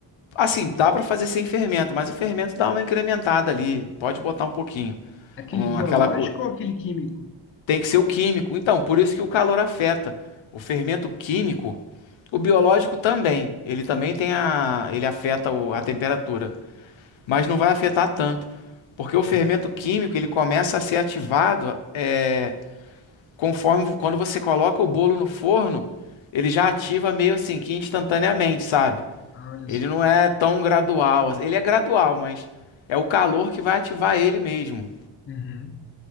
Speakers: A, on the left; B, on the left.
A: Assim, dá pra fazer sem fermento, mas o fermento dá uma incrementada ali. Pode botar um pouquinho.
B: Aquele
A: Um,
B: biológico
A: aquela co-
B: ou aquele químico?
A: Tem que ser o químico. Então, por isso que o calor afeta. O fermento químico, o biológico também. Ele também tem a, ele afeta o- a temperatura, mas não vai afetar tanto, porque
B: Uhum.
A: o fermento químico ele começa a ser ativado é, conforme quando você coloca o bolo no forno, ele já ativa meio assim que instantaneamente, sabe?
B: Ah, olha
A: Ele
B: só.
A: não é tão gradual. assim. Ele é gradual, mas é o calor que vai ativar ele mesmo.
B: Uhum.